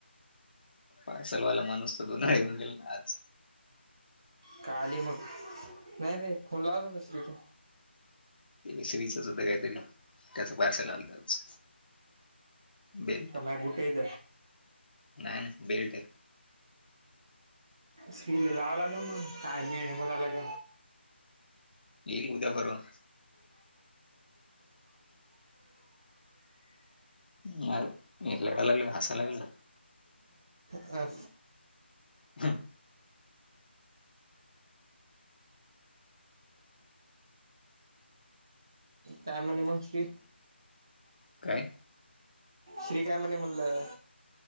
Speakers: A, on the left; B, on the right.
A: पार्सलवाला माणूस तर दोन येऊन गेल ना आज
B: काली मग नाही रेलावत हो दुसरीक
A: श्रीचचद्धा काहीतरी त्याचं पार्सल आल होत आज बे
B: मा बुट येत
A: नाही नाही बेल्ट आहे
B: स्कील अग म मलाग
A: येईल उद्या परवा ह मी रडाय लागलंय आणि हसायलागलाय
B: अ
A: हम
B: काय म्हणे मग श्री
A: काय
B: श्री काय म्हणणे म्हणलं